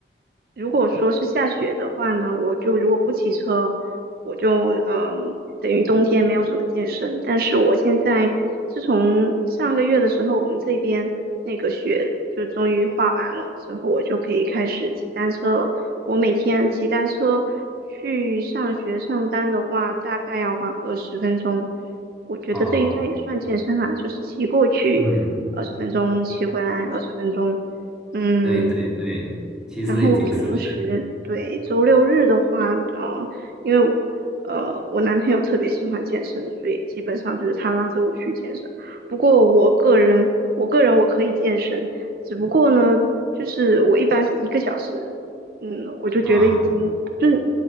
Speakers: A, on the right (about 55°); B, in the centre.
A: 如果说是下雪的话呢，我就如果不骑车，我就嗯，等于冬天没有什么健身。但是我现在自从上个月的时候，我们这边那个雪就终于化完了之后，我就可以开始骑单车了。我每天骑单车去上学上班的话，大概要花二十分钟。我觉得这应该也算健身啊，
B: 哦，
A: 就是骑过去二十分钟，
B: 嗯，
A: 骑回来二十分钟，嗯，
B: 对对对，其实已经是了
A: 然后平时对周六日的话，呃，因为我呃我男朋友特别喜欢健身，所以基本上就是他拉着我去健身。不过我个人，我个人我可以健身，只不过呢，就是我一般是一个小时，嗯，我就觉得已经就是
B: 啊，